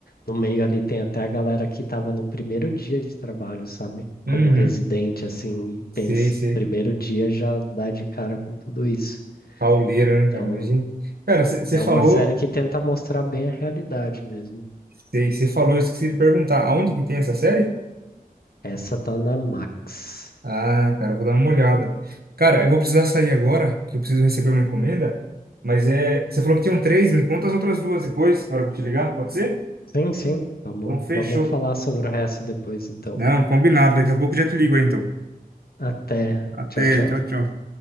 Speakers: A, on the left; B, on the right.
A: no meio ali tem até a galera que tava no primeiro dia de trabalho, sabe? Como
B: Uhum.
A: residente, assim, e
B: Sei,
A: pense,
B: sei.
A: primeiro dia já dá de cara com tudo isso.
B: pauleira, né,
A: Então,
B: cara? Imagina. Cara, você
A: é
B: falou,
A: uma série que tenta mostrar bem a realidade mesmo.
B: você falou, eu esqueci de perguntar, aonde que tem essa série?
A: Essa tá na Max.
B: Ah, cara, eu vou dar uma olhada. Cara, eu vou precisar sair agora, que eu preciso receber uma encomenda, mas é, você falou que tinham três, me conta as outras duas depois, na hora que eu te ligar, pode ser?
A: Sim, sim. Vamos,
B: Então, fechou.
A: vamos falar sobre o resto depois, então.
B: Não, combinado, daqui a pouco eu já te ligo aí, então.
A: Até.
B: Até,
A: Tchau, tchau.
B: tchau, tchau.